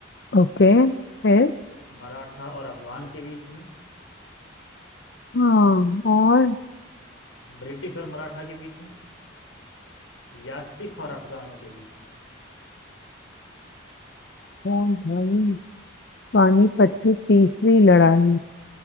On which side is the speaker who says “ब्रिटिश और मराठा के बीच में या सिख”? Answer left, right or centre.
Left